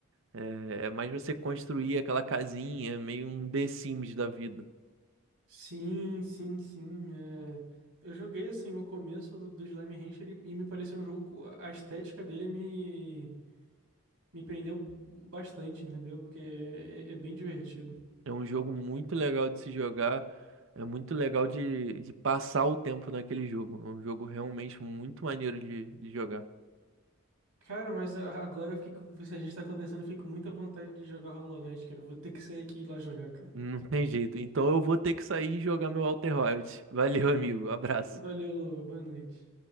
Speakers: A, on the right (about 55°); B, on the right (about 80°).
A: É, é mais você construir aquela casinha, meio um The Sims da vida.
B: Sim, sim, sim. é. Eu joguei assim o começo do, do Slime Rancher e, e me pareceu um jogo. co- A estética dele me, me prendeu bastante, entendeu? Porque é, é bem divertido.
A: É um jogo muito legal de se jogar, é muito legal de, de passar o tempo naquele jogo. É um jogo realmente muito maneiro de, de jogar.
B: Cara, mas a- agora eu fiquei com- se a gente tá conversando, eu fico com muita vontade de jogar Hollow Knight, cara. Eu vou ter que sair aqui e ir lá jogar, cara.
A: Não tem jeito. Então eu vou ter que sair e jogar meu Outer Wilds. Valeu, amigo. Abraço.
B: Valeu, Luva. Boa noite.